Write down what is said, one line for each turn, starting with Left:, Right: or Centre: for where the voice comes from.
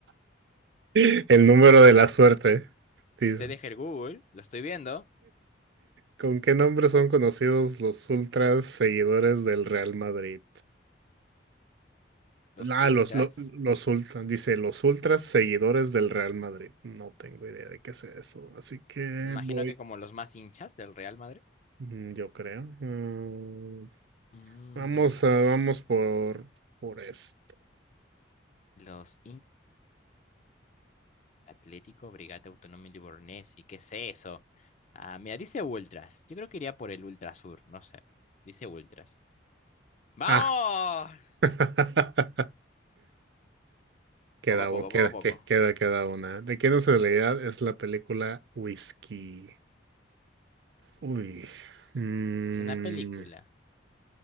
Right: <laughs> El número de la suerte, dice.
Left: Usted deja el Google, lo estoy viendo,
Right: ¿Con qué nombre son conocidos los ultras seguidores del Real Madrid?
Left: los
Right: Ah,
Left: ultras,
Right: los, lo- los, ultras, dice los ultras seguidores del Real Madrid. No tengo idea de qué sea eso, así que
Left: imagino
Right: voy
Left: que como los más hinchas del Real Madrid.
Right: Mm, Yo creo. Mm,
Left: Mm,
Right: vamos a, vamos por, por esto.
Left: los Atlético, Brigate Autónoma y Livornesi, ¿qué es eso? Ah, mira, dice Ultras. Yo creo que iría por el Ultrasur, no sé. Dice Ultras. ¡Vamos!
Right: Ah. <laughs> Queda,
Left: Poco a
Right: u-
Left: poco,
Right: queda,
Left: poco a
Right: que-
Left: poco.
Right: queda, queda una. ¿De qué nacionalidad es la película Whisky? Uy. Mm,
Left: Es una película.